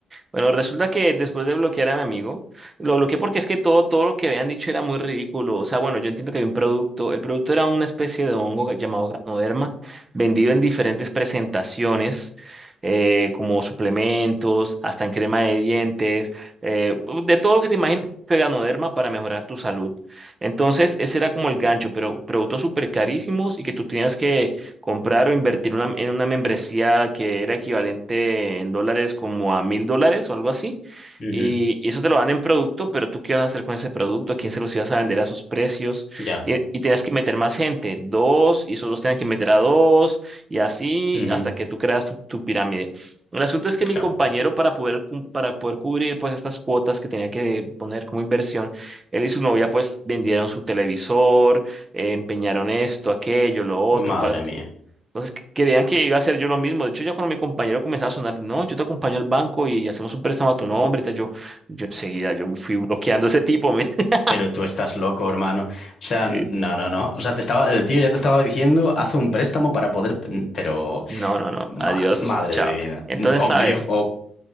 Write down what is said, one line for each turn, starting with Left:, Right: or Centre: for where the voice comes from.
Right: Bueno, resulta que después de bloquear a mi amigo, lo bloqueé porque es que todo, todo lo que habían dicho era muy ridículo. O sea, bueno, yo entiendo que había un producto. El producto era una especie de hongo que- llamado Ganoderma, vendido en diferentes presentaciones, eh, como suplementos, hasta en crema de dientes, eh, de todo lo que te imagines que Ganoderma para mejorar tu salud. Entonces, ese era como el gancho, pero productos súper carísimos y que tú tenías que comprar o invertir una- en una membresía que era equivalente en dólares como a mil dólares o algo así.
Left: Ujú,
Right: Y, y eso te lo dan en producto, pero tú qué vas a hacer con ese producto, a quién se los ibas a vender a esos precios.
Left: Ya.
Right: Y, y tenías que meter más gente, dos, y esos dos tenían que meter a dos, y así
Left: Ujú,
Right: hasta que tú creas tu, tu pirámide. El asunto es que mi
Left: Claro.
Right: compañero, para poder, cum- para poder cubrir pues estas cuotas que tenía que poner como inversión, él y su novia pues vendieron su televisor, eh, empeñaron esto, aquello, lo otro,
Left: Madre
Right: para...
Left: mía.
Right: Entonces que- creían que iba a hacer yo lo mismo. De hecho, ya cuando mi compañero comenzaba a sonar, no, yo te acompaño al banco y hacemos un préstamo a tu nombre. y tal", Yo, yo enseguida, yo fui bloqueando a ese tipo. men. <laughs>
Left: Pero tú estás loco, hermano. O sea,
Right: Sí.
Left: n- no, no, no. O sea, te estaba, el tío ya te estaba diciendo, haz un préstamo para poder. p- Pero,
Right: No, no, no.
Left: ma-
Right: Adiós.
Left: madre
Right: Chao.
Left: de mi vida.
Right: Entonces,
Left: N- Obvio,
Right: ¿sabes?
Left: ob-